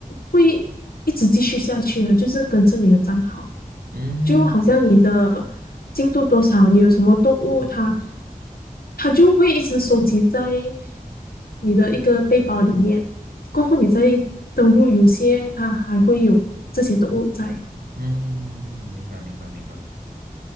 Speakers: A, on the left (about 85°); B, on the right (about 85°).
A: 会一直继续下去的，就是跟着你的账号，
B: 嗯嗯，
A: 就好像你的进度多少，你有什么动物，它它就会一直收集在你的一个背包里面。过后你再登录游戏，它还会有这些动物在。
B: 嗯嗯明白明白明白。